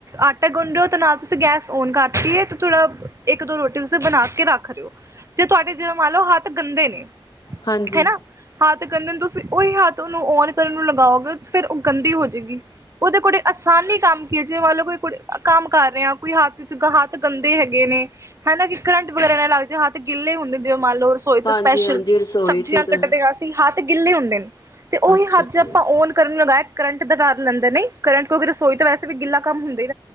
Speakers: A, on the right (about 35°); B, on the left (about 50°).
A: ਆਟਾ ਗੁੰਨ ਰਹੇ ਹੋ ਤੇ ਨਾਲ ਤੁਸੀਂ ਗੈਸ? ਓਨ ਕਰਤੀਏ ਤੇ ਥੋੜਾ। ਇੱਕ ਦੋ ਰੋਟੀ ਤੁਸੀਂ ਬਣਾ ਕੇ ਰੱਖ ਰਹੇ ਹੋ ਜੇ ਤੁਹਾਡੇ ਮੰਨ ਲੋ ਲਓ ਹੱਥ ਗੰਦੇ ਨੇ?
B: ਹਾਂਜੀ।
A: ਹਨਾ। ਹੱਥ ਗੰਦੇ ਤੁਸੀਂ ਉਹੀ ਹੱਥ ਉਹਨੂੰ ਓਨ ਕਰਨ ਨੂੰ ਲਗਾਓਗੇ ਫੇਰ ਉਹ ਗੰਦੀ ਹੋ ਜੇਗੀ? ਉਹਦੇ ਕੋੜੇ ਆਸਾਨੀ ਕੰਮ। ਕਿ ਜੇਂ ਮੰਨ ਲਓ ਕੋਈ ਕੁੜੀ ਕੰਮ ਕਰ ਰਹੇ ਆ ਕੋਈ ਹੱਥ ਚ ਹੱਥ ਗੰਦੇ ਹੈਗੇ ਨੇ ਹਨਾ ਕਿ ਕਰੰਟ ਵਗੈਰਾ ਨਾ ਲੱਗ ਜਾ ਹੱਥ ਗਿੱਲੇ ਹੁੰਦੇ ਜੇ? ਮੰਨਲੋ ਰਸੋਈ ਤੇ
B: ਹਾਂਜੀ
A: ਸਪੈਸ਼ਲ
B: ਹਾਂਜੀ ਰਸੋਈ
A: ਸਬਜ਼ੀਆਂ
B: ਚ ਤਾਂ
A: ਕੱਟ ਦੇ। ਹੱਥ ਗਿੱਲੇ ਹੁੰਦੇ ਨੇ। ਤੇ ਉਹੀ
B: ਅੱਛਾ
A: ਹੱਥ ਦੇ
B: ਜੀ।
A: ਆਪਾਂ ਓਨ ਕਰਨ ਲਗਾਇਆ। ਕਰੰਟ ਦਾ ਕਾਰਨ ਲੈਂਦੇ ਨੇ ਕਰੰਟ ਕੋ ਰਸੋਈ ਤਾਂ ਵੈਸੇ ਵੀ ਗਿੱਲਾ ਕੰਮ ਹੁੰਦੇ